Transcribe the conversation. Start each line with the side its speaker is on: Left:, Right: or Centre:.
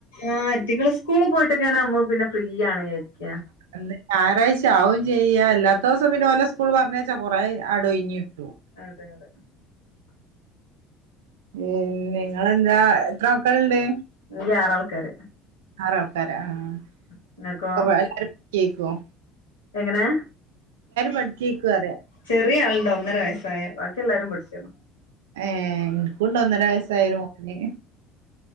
Left: ആഹ് ഇയിറ്റിങ്ങള് സ്കൂള് പോയിട്ടൊക്കെയാണാവുമ്പോ പിന്നെ ഫ്രീ ആണ് വിയാരിക്കാ.
Right: ന്ന്‌ ഞായറയ്ച്ച ആവും ചെയ്യ അല്ലാത്ത ദിവസം പിന്നെ ഓലെ സ് സ്കൂൾ പറഞ്ഞയച്ചാ കൊറെ ആടൊയിഞ്ഞിട്ടും
Left: അതെ അതെ.
Right: പിന്നിങ്ങളെന്താ. എത്ര മക്കള്ണ്ട്?
Left: ഈടെ ആറാൾക്കാര്.
Right: ആറാൾക്കാര് ആഹ്.
Left: നിങ്ങക്കോ
Right: ഒക്കെ പഠി എല്ലാരും പഠിക്കേക്കും
Left: എങ്ങനെ?
Right: പഠിക്കേക്കു പറയാ
Left: ചെറിയ ആള്ണ്ട്. ഒന്നര വയസ്സായെ. ബാക്കി എല്ലാരും പഠിച്ചെയാണ്.
Right: ഏഹ്. ഇനിക്കൂണ്ട് ഒന്നര വയസായൊരു മോന്.